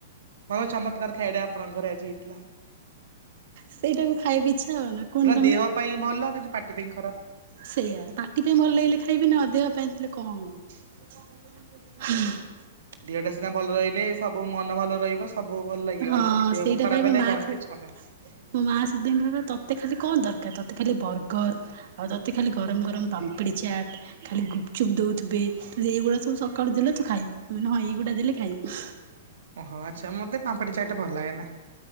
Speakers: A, on the right; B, on the right.
A: ଭଲ ଚମତ୍କାର ଖାଇବା ଟା ଆପଣଙ୍କ ଘରେ ଆଜି ହେଇଥିଲା।
B: ସେଇଟାକୁ ଖାଇବାକୁ ଇଚ୍ଛା ହବ ନା। କୁହନି
A: ସେଟା
B: ତମେ।
A: ଦେହ ପାଇଁ ଭଲ କିନ୍ତୁ ପାଟି ପାଇଁ ଖରାପ।
B: ସେଇଆା ପାଟି ପାଇଁ ଭଲ ଲାଗିଲେ ଖାଇବି ନା ଦେହ ପାଇଁଥିଲେ କଣ ହବ। ହୁଁ।
A: ଦିହଟା ସିନା ଭଲ ରହିଲେ ସବୁ ମନ ଭଲ ରହିବ। ସବୁ ଭଲ ଲାଗିବ
B: ହଁ
A: ଆଉ ତ ଦେହ
B: ସେଇଟା
A: ଖରାପ
B: ପାଇଁ ମୋ
A: ହେଲେ
B: ମା
A: କଣ
B: ଖ
A: କିଛି କ
B: ମୋ ମା ସେଇଥି ପାଇ କହିଲା ତୋତେ ଖାଲି କଣ ଦରକାର ତୋତେ ଖାଲି ବର୍ଗର ଆଉ ତୋତେ ଖାଲି ଗରମ ଗରମ ପାମ୍ପିଡ଼ି ଚାଟ୍ ଖାଲି ଗୁପଚୁପ୍ ଦେଉଥିବେ। ଏଇଗୁଡା ସବୁ ସକାଳୁ ଦେଲେ ତୁ ଖାଇବୁ ହଁ ଏଇଗୁଡା ଦେଲେ ଖାଇବି।
A: ଓହୋ ଆଚ୍ଛା ମତେ ପାମ୍ପଡି ଚାଟ ଭଲ ଲାଗେ ନା।